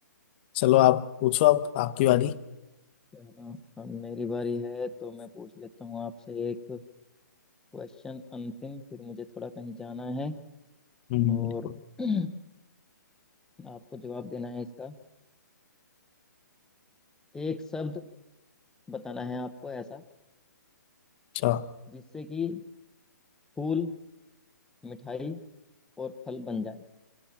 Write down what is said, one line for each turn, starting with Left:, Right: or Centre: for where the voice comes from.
Left: चलो आप पूछो अब आपकी वाली
Centre: चलो अब मेरी बारी है तो मैं पूछ लेता हूँ आपसे एक क्वेश्चन अंतिम फिर मुझे थोड़ा कहीं जाना है
Left: हम्म
Centre: और
Left: बिल्कुल
Centre: <clears throat> आपको जवाब देना है इसका एक शब्द बताना है आपको ऐसा
Left: अच्छा
Centre: जिससे कि फूल मिठाई और फल बन जाए